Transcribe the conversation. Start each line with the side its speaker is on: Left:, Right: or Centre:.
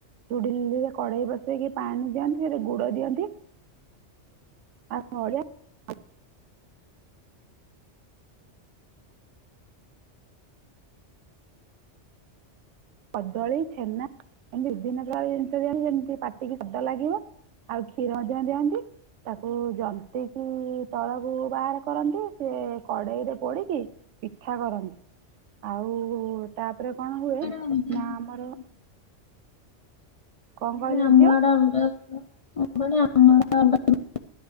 Right: ଚୁଡ଼ିଲରେ କଡେଇ ବସେଇକି ପାଣି ଦିଅନ୍ତି ସେଠି ଗୁଡ ଦିଅନ୍ତି। <unintelligible> କଦଳୀ ଛେନା। ଏମିତି ବିଭିନ୍ନ ପ୍ରକାର ଜିନିଷ ଦିଅନ୍ତି ଯେମିତି ପାଟିକି ସ୍ୱାଦ ଲାଗିବ ଆଉ କ୍ଷୀର ମଧ୍ୟ ଦିଅନ୍ତି। ତାକୁ ଜନ୍ତିକି ତଳକୁ ବାହାର କରନ୍ତି ସେ କଡେଇ ରେ ପୋଡିକି ପିଠା କରନ୍ତି। ଆଉ ତାପରେ କଣ ହୁଏ
Left: ଅଲଗା
Right: ନା ଆମର
Left: ପ୍ରକାର
Right: କଣ
Left: <inaudible>
Right: କହିଲ ଝିଅ?